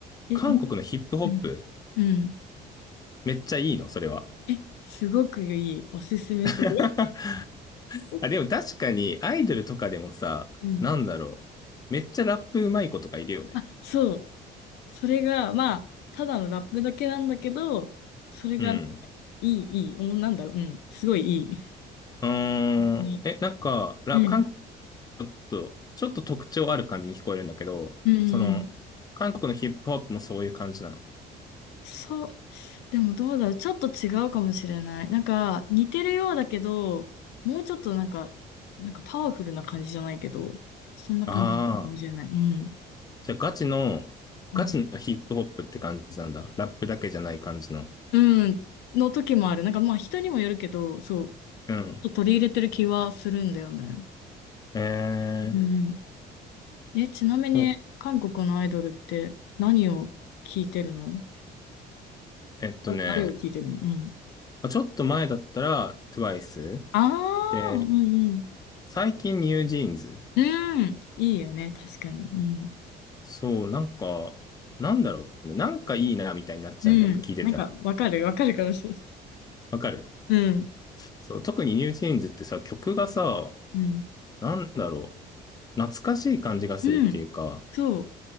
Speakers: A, on the left; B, on the left.
A: うんうん。
B: 韓国のヒップホップ、
A: え、なん、うん。うん
B: めっちゃいいの、それは。
A: え、すごくいい。おすすめする。
B: <laughs>
A: <laughs>
B: あ、でも確かにアイドルとかでもさ、
A: うん。
B: なんだろう。めっちゃラップうまい子とかいるよね。
A: あ、そう。それが、まあ、ただのラップだけなんだけど、それがね
B: うん。
A: いい、いい。もうなんだろう。うん。すごいいい。本
B: うーん。
A: 当に
B: え、なんか、ラ、
A: うん。
B: 韓国ちょっと、ちょっと特徴ある感じに聞こえるんだけど、
A: うん。
B: その、
A: うん
B: 韓国のヒップホップもそういう感じなの
A: そう。でもどうだろう。ちょっと違うかもしれない。なんか、似てるようだけど、もうちょっとなんか、なんかパワフルな感じじゃないけど、そんな感じかもしれない。
B: ああ、
A: うん。
B: じゃあガチの、
A: うん。
B: ガチのヒップホップって感じなんだ。ラップだけじゃない感じの。
A: うんの時もある。なんかまあ人にもよるけど、そう。
B: うん。
A: ちょっと取り入れてる気はするんだよね。
B: え
A: うん。
B: ー、
A: え、ちなみに、
B: そう
A: 韓国のアイドルって何を聞いてるの
B: えっとね、
A: 誰誰を聞いてるのうん。
B: まあちょっと前だったら TWICE
A: あ
B: で、
A: あー、うんうん。
B: 最近ニュージーンズ。
A: うん、いいよね、確かに。うん。
B: そう、なんか、なんだろうね。なんかいいなみたいになっちゃうんだよね。
A: うん。
B: 聞いてたら。
A: なんか、わかる、わかるかもしれない。
B: わかる
A: うん。
B: そう、特にニュージーンズってさ、曲がさ、
A: うん。
B: なんだろう。懐かしい感じがするっていうか、
A: うん。そう。